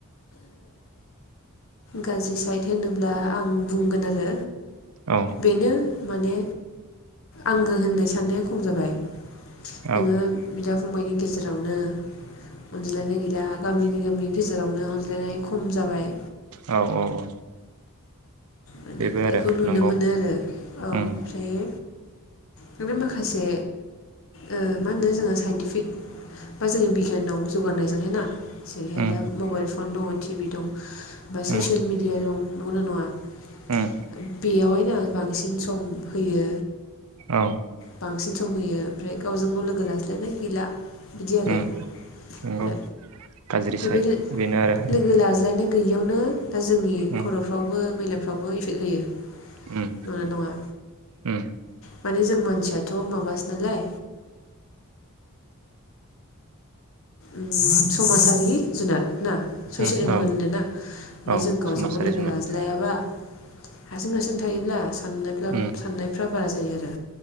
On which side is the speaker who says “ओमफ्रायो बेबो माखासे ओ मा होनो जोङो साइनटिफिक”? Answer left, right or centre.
Left